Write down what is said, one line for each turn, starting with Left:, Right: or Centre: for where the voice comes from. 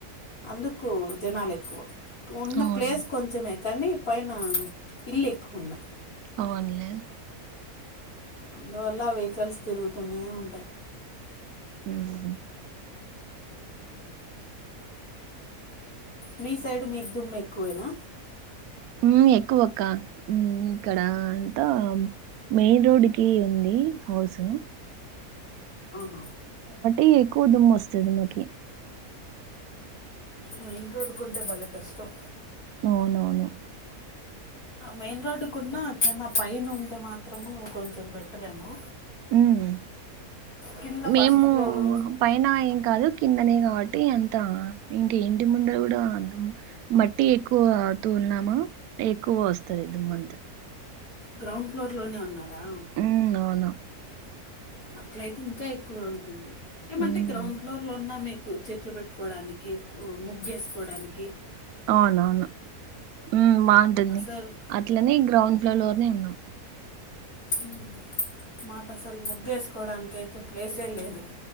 Left: అందుకూ జనాలు ఎక్కువ. ఉన్న
Right: అవును
Left: ప్లేస్ కొంచమే. కానీ పైనా ఇల్లు ఎక్కువున్నాయి.
Right: అవున్లే
Left: అందువల్ల వెహికల్స్ తిరుగుతూనే ఉంటాయ్.
Right: ఊహు
Left: మీ సైడ్ మీకు ధుమ్ము ఎక్కువేనా.
Right: ఉమ్ ఎక్కువక్కా ఉమ్ ఇక్కడా అంతా మెయిన్ రోడ్ కీ ఉందీ హౌసు.
Left: ఆహా
Right: ఈ ఎక్కువ దుమ్ము వస్తది మాకీ.
Left: మెయిన్ రోడ్కుంటే బలే కష్టం.
Right: అవునవును.
Left: మెయిన్ రోడ్డుకున్నా చిన్న పైన ఉంటే మాత్రమూ కొంచెం బెటరేమో
Right: ఉమ్
Left: కింద
Right: మేమూ
Left: ఫస్ట్ ఫ్లోర్
Right: పైనా ఏం కాదు. కిందనే కాబట్టీ అంతా, ఇంటి ఇంటి ముందర కూడా దుమ్ మట్టి ఎక్కువా తోలినామా, ఎక్కువగా వస్తది దుమ్మ అంతా.
Left: గ్రౌండ్ ఫ్లోర్ లోనే ఉన్నార్ రా
Right: ఉమ్ అవును
Left: అట్లయితే ఇంకా ఎక్కువ ఉంటుంది. ఏమంటే
Right: ఉమ్
Left: గ్రౌండ్ ఫ్లోర్లో ఉన్నా మీకు చెట్లు పెట్టుకోవడానికి, ముగ్గేసుకోవడానికీ
Right: అవునవును. ఉమ్ బాగుంటుంది.
Left: అసలు
Right: అట్లనే గ్రౌండ్ ఫ్లోర్ లోనే ఉన్నాం.
Left: ఉమ్ మాకు అసలు ముగ్గేసుకోవడానికి అయితే ప్లేసే లేదు.